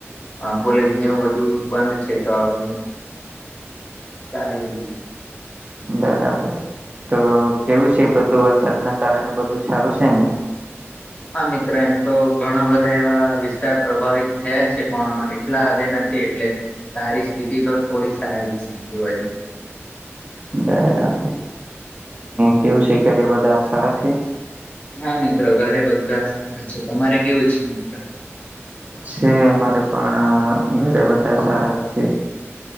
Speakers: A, on the left; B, on the right.
A: હા કોલેજને એવું બધું બંધ છે તો હવે ચાલી રહ્યું.
B: બરાબર તો કેવું છે બધું વરસાદ કારણે બધું સારું છે ને
A: હા મિત્ર એમ તો ઘણા બધા એવા વિસ્ વિત પ્રભાવિત થયા છે પણ એટલા હદે નથી એટલે સારી સ્થિતિ તો થોડી સારી જ છે આમ જોવા જઈએ તો
B: બરાબર કેવું છે ઘરે બધા સારા છે.
A: હા મિત્રો ઘરે બધા સારા છે તમારે કેવું છે મિત્ર
B: છે અમારે પણ ઘરે બધા સારા જ છે.